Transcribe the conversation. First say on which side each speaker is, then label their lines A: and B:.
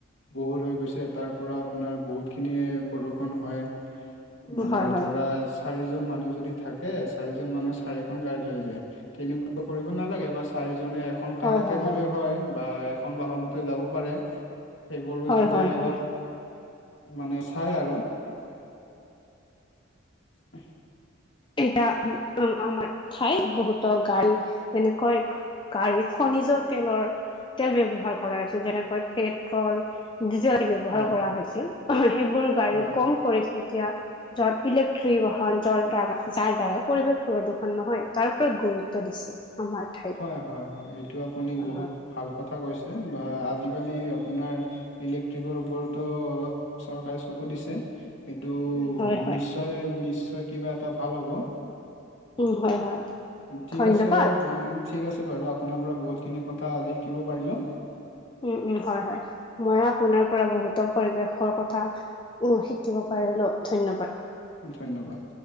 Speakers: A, on the left (about 65°); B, on the left (about 25°).
A: বহুত হৈ গৈছে তাৰ পৰা আপোনাৰ বহুতখিনি প্ৰদূষণ হয়
B: উম
A: মানে
B: হয় হয়
A: ধৰা চাৰিজন মানুহ যদি থাকে ে চাৰিজন মানুহ চাৰিখন গাড়ী লৈ যায় তেনেকুৱা কৰিব নালাগে বা চাৰিজন যজনে এখন কাৰতে
B: হয় হয়
A: গ'লে হয় বা এখন বাহনতে যাব পাৰে সেইবোৰো
B: হয়
A: যাতে
B: হয় হয়
A: অলপ মানে চাই আৰু উ
B: এটা উ অ আমাৰ ঠাইত বহুতো গাড়ী যেনেকৈ গাড়ী খনিজ তেলৰ তেল ব্য্ৱহাৰ কৰা হৈছিল যেনেকৈ পেট্ৰল ডিজেল ব্যৱহাৰ
A: হয়
B: কৰা হৈছিল সেইবোৰ গাড়ী
A: হয়
B: কম কৰিছে এতিয়া যত বাহন যৰ দ্বাৰা যাৰ দ্বাৰাই পৰিৱেশ প্ৰদূষণ নহয় তাৰ ওপৰত গুৰুত্ব দিছে আমাৰ ঠাইত
A: হয় হয় হয় এইটো আপুনি
B: হয়
A: বহুত
B: হয়
A: ভাল কথা কৈছে বা আজি আজিকালি আপোনাৰ ইলেক্ট্ৰিকৰ ওপৰতো অলপ চৰকাৰে চকু দিছে সেইটো
B: উম হয় হয়
A: নিশ্চয় নিশ্চয় কিবা এটা ভাল হ'ব
B: উম হয় হয়
A: ঠিক
B: ধন্যবাদ
A: আছে ঠিক আছে বাৰু আপোনাৰ পৰা বহুতখিনি কথা আজি শিকিব পাৰিলো
B: উম উম হয় হয় মই আপোনাৰ পৰা বহুতো পৰিৱেশৰ কথা উ শিকিব পাৰিলো ধন্যবাদ
A: ধন্যবাদ